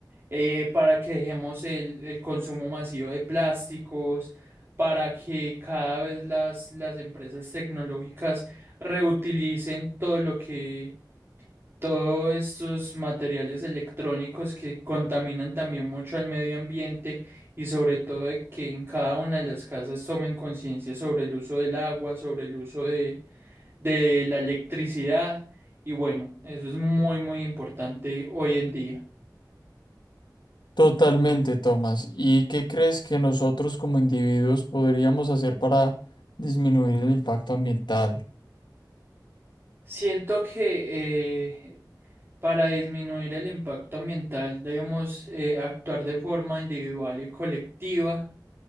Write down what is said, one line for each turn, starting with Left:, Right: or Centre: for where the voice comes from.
Right: eh, para que dejemos el, el consumo masivo de plásticos, para que cada vez las, las empresas tecnológicas reutilicen todo lo que todos estos materiales electrónicos que contaminan también mucho al medio ambiente y sobre todo de que en cada una de las casas tomen conciencia sobre el uso del agua, sobre el uso de, de la electricidad y bueno, eso es muy muy importante hoy en día.
Left: Totalmente, Tomás. ¿Y qué crees que nosotros como individuos podríamos hacer para disminuir el impacto ambiental?
Right: Siento que eh, para disminuir el impacto ambiental debemos eh, actuar de forma individual y colectiva.